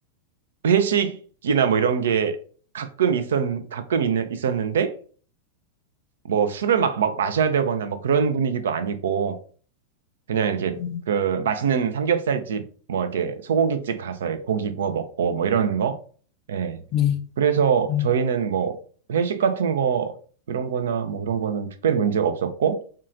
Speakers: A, on the right (about 60°); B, on the left (about 40°).
A: 회식이나 뭐 이런 게 가끔 있었, 가끔 있는, 있었는데, 뭐 술을 막, 막 마셔야 되거나 뭐 그런 분위기도 아니고 그냥 이렇게
B: 음,
A: 그 맛있는 삼겹살집 뭐 이렇게 소고기집 가서 고기 구워 먹고 뭐 이런 거. 예.
B: 음,
A: 그래서
B: 음,
A: 저희는 뭐 회식 같은 거 이런 거나 뭐 그런 거는 특별히 문제가 없었고